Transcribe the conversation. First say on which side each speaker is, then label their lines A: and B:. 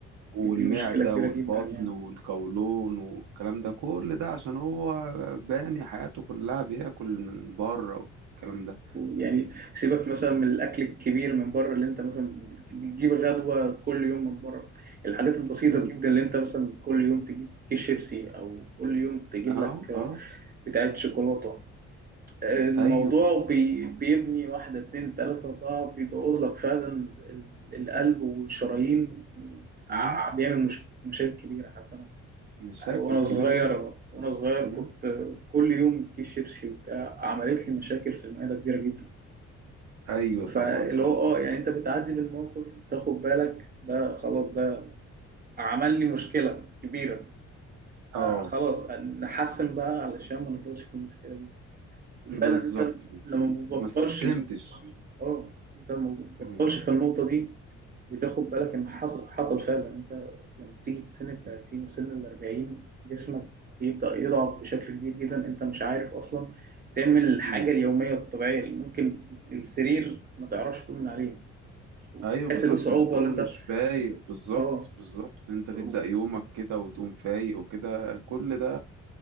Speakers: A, on the right (about 80°); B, on the right (about 30°).
A: والمعدة
B: دي, دي مشكلة كبيرة
A: والبطن
B: جدا يعني
A: والقولون والكلام ده كل ده عشان هو باني حياته كلها بياكل من بره والكلام ده
B: يعني سيبك مثلا من الاكل الكبير من بره اللي انت مثلا بت- بتجيب غدوه كل يوم من بره الحاجات البسيطه
A: مم.
B: جدا اللي انت مثلا كل يوم تجيب كيس شيبسي او كل يوم تجيب
A: اه
B: لك
A: اه
B: بتاعه شوكولاته الموضوع
A: ايوه
B: بي بيبني واحده اتنين تلاته اربعه بيبوظ لك فعلا ال- القلب والشرايين ع-
A: مم.
B: بيعمل مش- مشاكل كبيره حتى انا
A: مشاكل
B: وانا
A: كبيرة
B: صغير
A: جدا الصراحة
B: وانا صغير
A: مم.
B: كنت كل يوم كيس شيبسي وبتاع عملت لي مشاكل في المعده كبيره جدا
A: ايوه طبعا
B: فاللي
A: اه
B: هو اه يعني انت بتعدي بالموقف بتاخد بالك ده خلاص ده عمل لي مشكله كبيره
A: اه
B: فخلاص نحسن بقى علشان ما نفضلش في المشكله دي وفعلا
A: بالظبط
B: انت
A: بالظبط
B: لما ما بتبطلش
A: ما استسلمتش
B: النقطه دي اه انت ما بتبطلش
A: مم.
B: في النقطه دي بتاخد بالك ان حصل حصل فعلا انت لما بتيجي سن ال 30
A: مم.
B: وسن ال 40 جسمك بيبدا يضعف بشكل كبير جدا انت مش عارف اصلا تعمل الحاجه
A: مم.
B: اليوميه الطبيعيه اللي ممكن السرير ما تعرفش تؤمن عليه
A: ايوه
B: تحس
A: بالظبط
B: بصعوبة
A: بتقوم
B: ولا أنت
A: مش فايق بالظبط
B: آه
A: بالظبط انت تبدأ
B: و-
A: يومك كده وتقوم فايق وكده كل ده